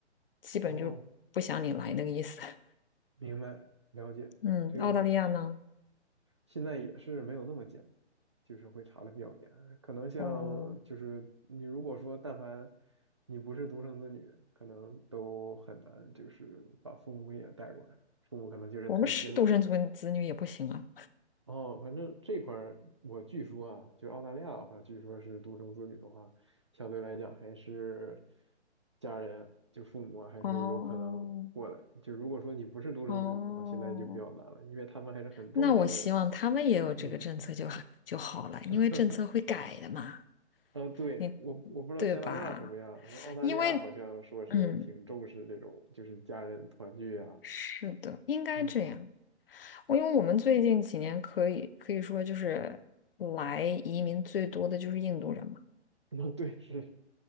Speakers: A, on the left (about 55°); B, on the right (about 25°).
A: 基本就不想你来那个意思。
B: 哦，
A: <laughs>
B: 明白了解这个。
A: 嗯，澳大利亚呢？
B: 现在也是没有那么简单，就是会查的比较严。可能像就是你如果说但凡
A: 哦，
B: 你不是独生子女，可能都很难就是把父母也带过来，父母可能就是探亲了。
A: 我们是独生子子女也不行啊。
B: 哦，反正这块儿我据说啊，就是澳大利亚的话，据说是独生子女的话，相对来讲还是家人就父母啊还是有可能过来。
A: 哦
B: 就如果说你不是独生子女的话，
A: 哦，
B: 现在就比较难了，因为他们还是很重视，
A: 那我希望他们也有这个政策就好就好了，
B: 嗯。
A: 因为政策会改的嘛，
B: <laughs> 啊，对，
A: 你
B: 我我不知道加拿大什么样，
A: 对吧？
B: 反正澳大利亚好像说是挺重视这种，
A: 因为嗯，
B: 就是家人团聚啊。
A: 是的，应该这样。
B: 嗯，
A: 因为我们最近几年可以可以说就是来移民最多的就是印度人嘛，
B: <laughs> 啊，对，是，